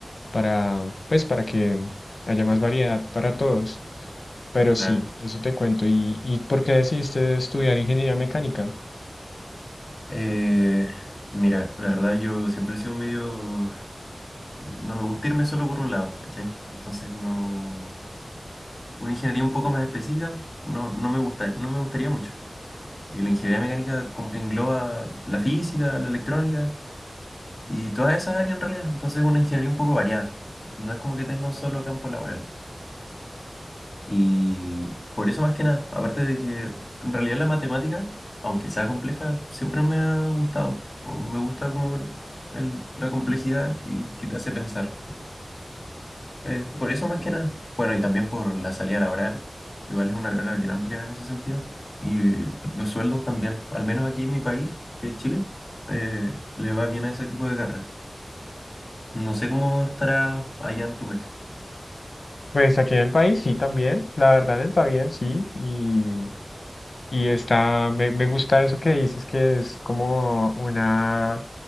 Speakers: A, on the left; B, on the left.
A: para, pues, para que haya más variedad para todos. Pero sí,
B: claro.
A: eso te cuento. ¿Y, y por qué decidiste estudiar ingeniería mecánica?
B: Eh, mira, la verdad yo siempre he sido medio... No me gusta irme solo por un lado, ¿cachai? Entonces no... una ingeniería un poco más específica no, no me gusta, no me gustaría mucho. Y la ingeniería mecánica como que engloba la física, la electrónica y todas esas áreas en realidad. Entonces es una ingeniería un poco variada. No es como que tenga un solo campo laboral. Y por eso más que nada, aparte de que en realidad la matemática, aunque sea compleja, siempre me ha gustado. O me gusta como el- el- la complejidad y que te hace pensar. Eh, por eso más que nada, bueno, y también por la salida laboral, igual es una carrera bien amplia en ese sentido, y los sueldos también, al menos aquí en mi país, que es Chile, eh, le va bien a ese tipo de carreras. No sé cómo estará allá en tu país.
A: Pues aquí en el país sí también, la verdad en el Pabellón sí, y, y está, me, me gusta eso que dices que es como una